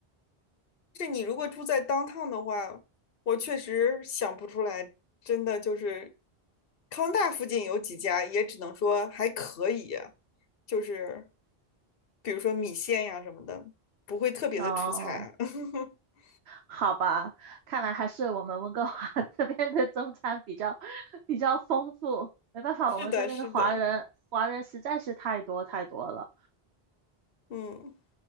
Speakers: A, on the left; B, on the right.
A: 这你如果住在 downtown 的话，我确实想不出来，真的就是康大附近有几家，也只能说还可以，就是比如说米线呀什么的，不会特别的出彩。
B: 哦，
A: <laughs>
B: 好吧，看来还是我们温哥华 <laughs> 这边的中餐比较比较丰富。没办法，
A: 是的，
B: 我们这边的华人华人实在是太多太多了。
A: 是的，嗯。